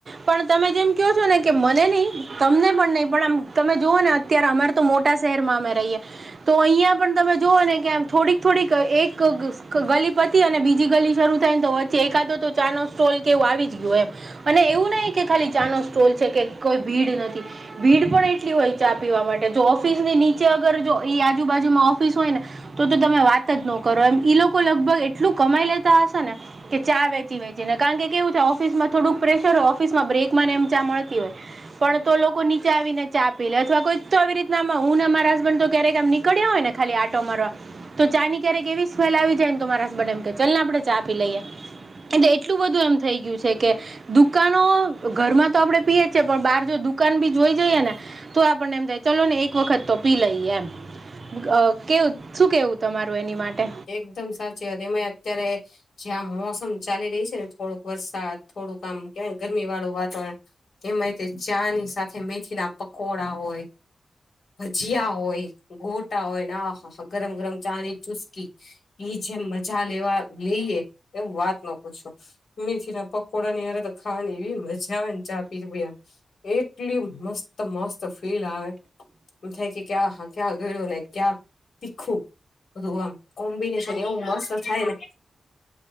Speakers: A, on the right; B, on the left.
A: પણ તમે જેમ કહો છો ને કે મને નહી તમને પણ નહીં પણ આ તમે જોઓ ને અત્યારે અમારે તો મોટા શહેરમાં અમે રહીએ તો અહિયાં પણ તમે જોઓ ને કે આમ થોડીક થોડીક એક ગલી પતી અને બીજી ગલી શરૂ થાય ને તો વચ્ચે એકાદો તો ચા નો સ્ટોલ કેવો આવી જ ગયો એમ અને એવું નહી કે ખાલી ચાનો સ્ટોલ છે કે કોઈ ભીડ નથી ભીડ પણ એટલી હોય ચા પીવા માટે જો ઓફિસ ની નીચે અગર જો ઈ આજુબાજુમાં ઓફિસ હોય ને તો તમે વાત જ ન કરો એમ ઈ લોકો લગભગ એટલું કમાઈ લેતા હશે ને કે ચા વે ચી વેચીને કારણ કેવું છે ઓફિસમાં થોડુંક પ્રેશર હોય ઓફિસમાં બ્રેક એમ ચા મળતી હોય પણ તો લોકો નીચે આવી ને ચા પી લે અથવા કોઈક તો આવી રીતના હુંને મારા હસબન્ડ તો ક્યારેક આમ નીકળ્યા હોય ને ખાલી આટો મારવા તો ચા ની ક્યારેક એવી સ્મેલ આવી જાય ને તોરા હબને એમ કે ચાલ ને આપડે ચા આપી લઈએ એ એટલું બધું એમ થઇ ગયું છે કે દુકાનો ઘરમાં તો આપડે પીએ છે પણ બાર જો દુકાન ભી જોઈ જઈએ ને તો આપણને એમ થાય ચલો ને એક વખત તો પી લઈએ એમ અ કેવું શું કેવું તમારું એની માટે
B: એકદમ સાચી વાત એમા અત્યારે જ્યાં મોસમ ચાલી રહી છે ને થોડુંક વરસાદ થોડુંક આમ કેવાય ગરમી વાળું વાતાવરણ એમાં તે ચા ની સાથે મેથી ના પકોડા હોય ભજીયા હોય ગોટા હોયને આ હા હા ગરમ ગરમ ચા ની ચુસ્કી ઈ જેમ મજા લેવા લઈએ એવું વાત ન પૂછો મેથી ના પકોડા ની અયા તો ખાવા ને એવી મજા આવે ને ચા પી ભયા એટલી મસ્ત મસ્ત ફીલ આવે એમ થાય કે ક્યાં ક્યાં આગળ્યું ને ક્યાં તીખું બધું આમ કોમ્બિનેશન એવું મસ્ત થાય ને